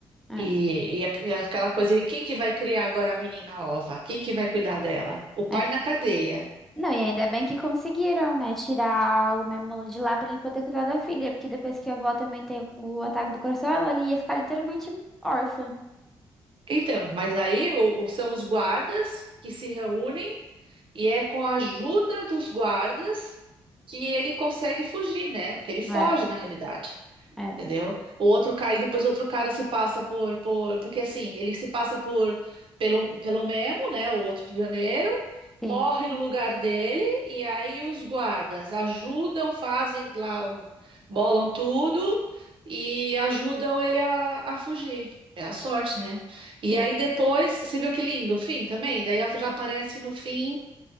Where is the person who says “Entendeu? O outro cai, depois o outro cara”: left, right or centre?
Right